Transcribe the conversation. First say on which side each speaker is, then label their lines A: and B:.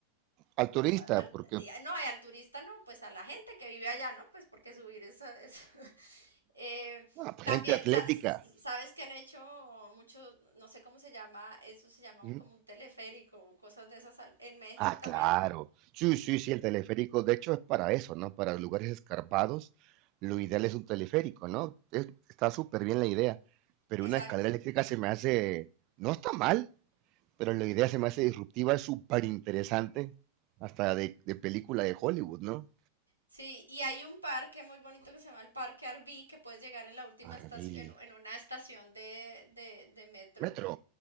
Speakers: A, on the right; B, on the right.
A: Al turista,
B: pues, al,
A: porque
B: y- no, y al turista no, pues a la gente que vive allá, ¿no? Pues porque subir eso es... <laughs> Eh,
A: Ah,
B: también,
A: gente atlética.
B: sa- s- s- ¿sabes que han hecho muchos, no sé cómo se llama, eso se llama un-
A: Mm.
B: como un teleférico, cosas de esas al- en México
A: Ah,
B: también?
A: claro. Sí, sí, sí, el teleférico, de hecho, es para eso, ¿no? Para lugares escarpados, lo ideal es un teleférico, ¿no? Es- está súper bien la idea, pero
B: Exacto.
A: una escalera eléctrica se me hace, no está mal, pero la idea se me hace disruptiva, es súper interesante, hasta de, de película de Hollywood, ¿no?
B: Sí, y hay un parque muy bonito que se llama el Parque Arví, que puedes llegar en la última
A: Arby.
B: estación, en, en una estación de, de, de metro,
A: Metro.